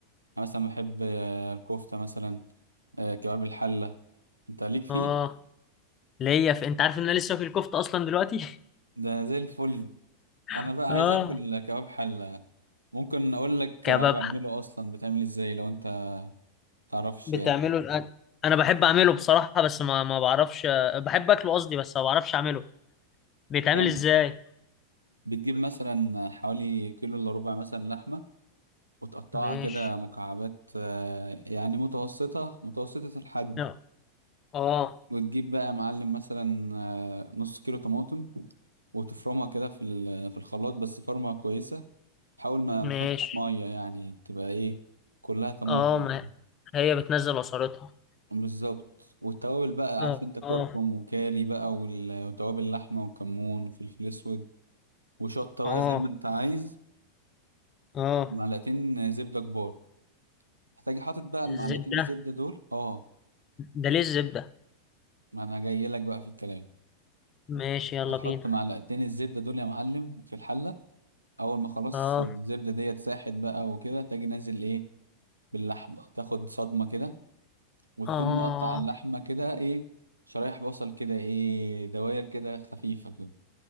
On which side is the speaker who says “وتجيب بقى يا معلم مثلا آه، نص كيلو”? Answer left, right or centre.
Right